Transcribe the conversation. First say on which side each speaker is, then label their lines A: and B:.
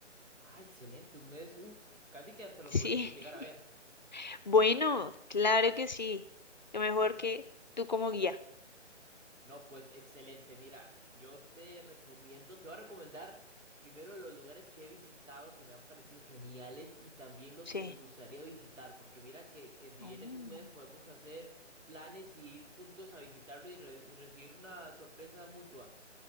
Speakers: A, on the right (about 85°); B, on the left (about 40°).
A: Ah, excelente, un mes, uff, casi que hasta lo
B: Sí.
A: podríamos
B: <laughs>
A: llegar a ver.
B: Bueno, claro que sí. Lo mejor que tú como guía.
A: No, pues excelente. Mira, yo te recomiendo, te voy a recomendar primero los lugares que he visitado que me han parecido geniales y también los
B: Sí.
A: que me gustaría visitar, porque mira que, que si
B: Oh.
A: vienes un mes podemos hacer planes y ir juntos a visitarlo y, re- y recibir una sorpresa mutua